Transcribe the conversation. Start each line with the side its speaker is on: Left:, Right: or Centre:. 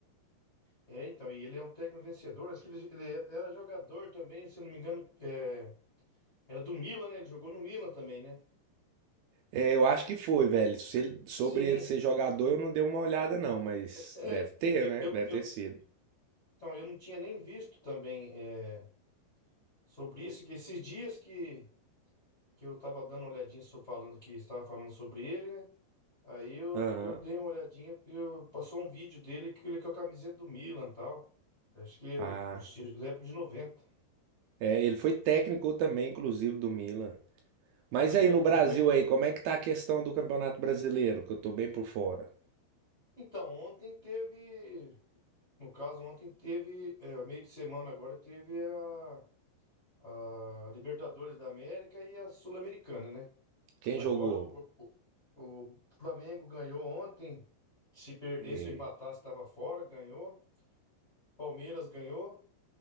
Left: É, então, e ele é um técnico vencedor. Acho que ele, ele era jogador também, se eu não me engano, é, era do Milan, né? Ele jogou no Milan também, né?
Right: É, eu acho que foi, velho. Se ele- sobre
Left: Sim,
Right: ele ser jogador, eu não dei uma olhada, não, mas
Left: é,
Right: deve ter,
Left: eu,
Right: né?
Left: eu,
Right: Deve ter
Left: eu-
Right: sido.
Left: então, eu não tinha nem visto também é, sobre isso, que esses dias que, que eu estava dando uma olhadinha sobre, falando que estava falando sobre ele, né? Aí eu,
Right: Aham.
Left: eu dei uma olhadinha, eu, passou um vídeo dele que ele com a camiseta do Milan e tal. Acho que é
Right: Ah.
Left: da época de noventa
Right: É, ele foi técnico também, inclusive, do Milan. Mas
Left: Foi
Right: aí
Left: técnico,
Right: no Brasil
Left: ele foi.
Right: aí, como é que tá a questão do Campeonato Brasileiro? Que eu tô bem por fora.
Left: Então, ontem teve. No caso, ontem teve. é, meio de semana agora teve a, a Libertadores da América e a Sul-Americana, né?
Right: Quem
Left: Agora
Right: jogou?
Left: o, o, o Flamengo ganhou ontem. Se perdesse
Right: É,
Left: ou empatasse, estava fora, ganhou. Palmeiras ganhou.